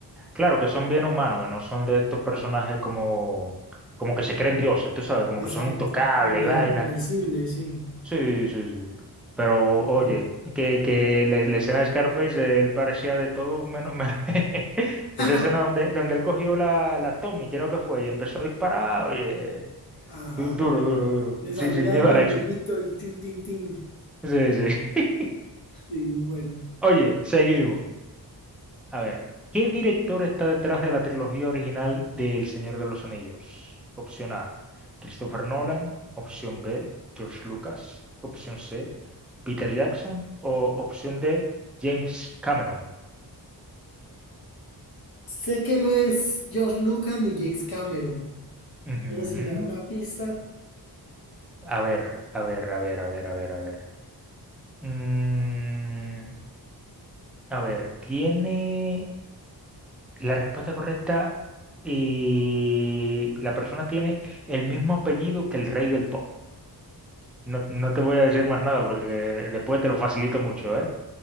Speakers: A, in the centre; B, on the left (about 60°).
A: Claro que son bien humanos, que no son de estos personajes como, como que se creen dioses, tú sabes, como
B: Exacto.
A: que son intocables
B: Inven-
A: y vaina.
B: Invencible, sí.
A: Sí, sí, sí. Pero
B: De acuerdo.
A: oye, que, que la, la escena de Scarface, eh, él parecía de todo menos... menos- <laughs>
B: <laughs>
A: Esa escena donde, donde él cogió la, la Tommy, creo que fue, y empezó a disparar, oye,
B: Ajá.
A: du- duro, duro, duro,
B: Le saludas,
A: sin, sin miedo
B: a mi
A: al
B: amiguito,
A: éxito.
B: y tin, tin, tin.
A: Sí, sí.
B: Sí, muy buena.
A: <laughs> Oye, seguimos. A ver, ¿qué director está detrás de la trilogía original de El Señor de los Anillos? Opción A, Christopher Nolan. Opción B, George Lucas. Opción C, Peter Jackson. O opción D, James Cameron.
B: Sé que no es George Lucas ni James Cameron,
A: Ujú.
B: pero si me da una pista,
A: A ver, a ver, a ver, a ver, a ver, a ver. Mm, a ver, tiene la respuesta correcta y la persona tiene el mismo apellido que el rey del pop. No, no te voy a decir más nada porque después te lo facilito mucho, ¿eh?